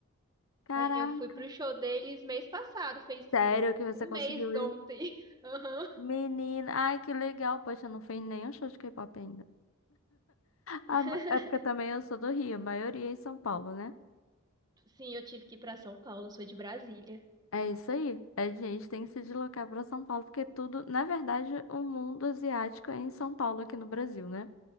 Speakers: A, on the left (about 70°); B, on the right (about 20°).
A: Caraca.
B: É, eu fui pro show deles mês passado, fez
A: Sério que você
B: um
A: conseguiu
B: mês
A: ir?
B: ontem. <laughs> Aham.
A: Menina. Ai, que legal. Poxa, eu não fui em nenhum show de K-pop ainda. Ah,
B: <laughs>
A: ma- é porque também eu sou do Rio, a maioria é em São Paulo, né?
B: Sim, eu tive que ir pra São Paulo, eu sou de Brasília.
A: É isso aí. A gente tem que se deslocar para São Paulo, porque tudo, na verdade, o mundo asiático é em São Paulo, aqui no Brasil, né?